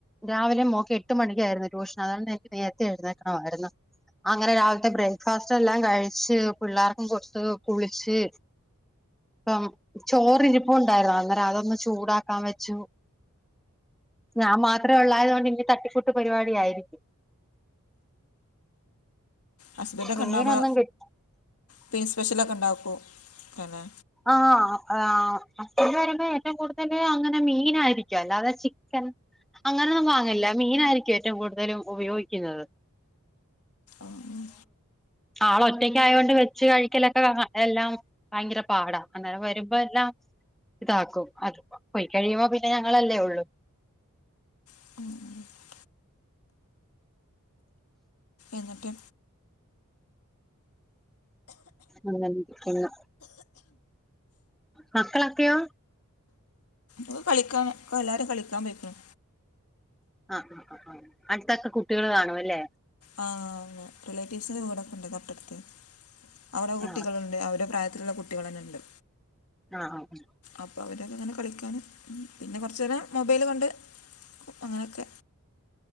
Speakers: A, in the centre; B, on the left (about 80°).
A: രാവിലെ മോക്കെട്ട് മണിക്കായിയിരുന്നു ട്യൂഷൻ അതുകൊണ്ട് എനിക്ക് നേരത്തെ എഴുന്നേക്കണവാരുന്നു അങ്ങനെ രാവിലത്തെ ബ്രേക്ക്ഫാസ്റ്റ് എല്ലാം കഴിച്ച് പിള്ളേർക്കും കൊടുത്ത് കുളിച്ച് ഇപ്പം ചോറിരിപ്പോണ്ടായിരുന്നു അന്നേരം അതൊന്ന് ചൂടാക്കാൻ വെച്ചു ഞാൻ മാത്രേ ഒള്ളായതുകൊണ്ട് ഇനി തട്ടിക്കൂട്ട് പരിപാടിയായിരിക്കും
B: ഹസ്ബൻഡൊക്കെ
A: മീനൊന്നും
B: ഉണ്ടാകുമ്പോ
A: കിട്ടി
B: പിൻ സ്പെഷ്യലൊക്കെ ഉണ്ടാക്കൊ പിന്നെ
A: ആഹ് ആഹ് ഹസ്ബന്റ് വരുമ്പോ ഏറ്റവും കൂടുതല് അങ്ങനെ മീനായിരിക്കും അല്ലാതെ ചിക്കൻ അങ്ങനെയൊന്നും വാങ്ങില്ല മീനായിരിക്കും ഏറ്റവും കൂടുതലും ഉപയോഗിക്കുന്നത്
B: ആഹ്
A: ആളൊറ്റക്കായൊണ്ട് വെച്ച് കഴിക്കലൊക്കെ എല്ലാം ഭയങ്കര പാടാ അന്നേരം വരുമ്പോ എല്ലാം ഇതാക്കും അത് പോയി കഴിയുമ്പോ പിന്നെ ഞങ്ങളല്ലേ ഒള്ളൂ
B: ഉം എന്നിട്ട്
A: അങ്ങനെ ഇരിക്കുന്നു മക്കളൊക്കെയോ
B: അത് കളിക്കാ എല്ലാരും കളിക്കാൻ പെയ്ക്കുണു.
A: ആഹ് ആഹ് ആഹ് ആഹ് അടുത്തൊക്കെ കുട്ടികള് കാണുംല്ലേ
B: ആഹ് റിലേറ്റീവ്സിന്റെ വീടൊക്കെണ്ട് തൊട്ടടുത്ത്. ത്ത് അവടെ കുട്ടികളുണ്ട്
A: ആ
B: അവരെ പ്രായത്തിലുള്ള കുട്ടികളെന്നെണ്ട്.
A: ആഹ് ആഹ് ആഹ്
B: അപ്പോ അവരൊക്കെങ്ങനെ കളിക്കാനും പിന്നെ കൊറച്ചേരം മൊബൈല് കണ്ട് അങ്ങനൊക്കെ